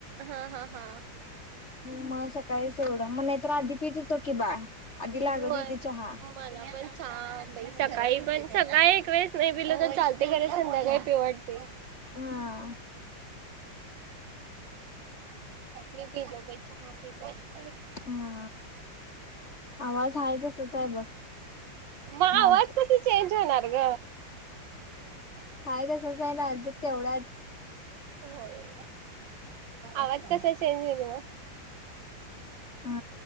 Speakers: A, on the right (about 70°); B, on the left (about 35°).
A: हा हा हा
B: हो म काहीच एवढं मग नाही तर आधी पीत होतो की बाळ आधी लागत
A: होय.
B: होती चहा.
A: मला पण चहा सकाळी पण सकाळी एक वेळेस नाही पिलं तर चालते खर संध्याकाळी पीयु वाटतं
B: हम
A: मी पिलो बाई चहा पेलो
B: हा आवाज हाय तसच आहे बघ
A: मग आवाज
B: नाजूक
A: कस चेंज होणार ग
B: हाय तसस आहे नाजित तेवढाच
A: होय आवाज कसा चेंज होईल
B: हा